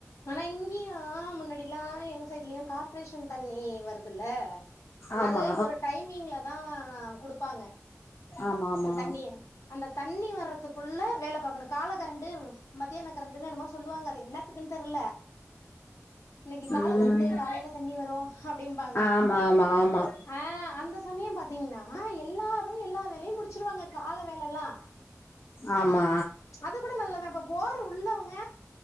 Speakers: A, on the left; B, on the left.
A: ஆனா இங்கியு முன்னாடில்லா எங்க சைடுலையு கார்ப்ரேஷன் தண்ணி வருதுல்ல
B: ஆமா
A: அது ஒரு டைமிங்ல தா குடுப்பாங்க
B: ஆமா ஆமா
A: அந்த தண்ணிய அந்த தண்ணி வர்றதுக்குள்ள வேல பாக்கணு கால கரண்டு மத்தியான கரண்டுன்னு என்னமோ சொல்லுவாங்க அது என்னாத்துக் குன் தெர்ல இன்னைக்கு கால
B: ம்
A: கரண்டு காலையில தண்ணி வரு அப்டிம்பாங்க
B: ஆமா ஆமா ஆமா
A: ஆ அந்த சமயம் பாத்தீங்கன்னா எல்லாரு எல்லா வேலையு முடிச்சிருவாங்க கால வேலல்லா அ
B: ஆமா
A: அது கூட நல்லதாப்பா போரு உள்ளவுங்க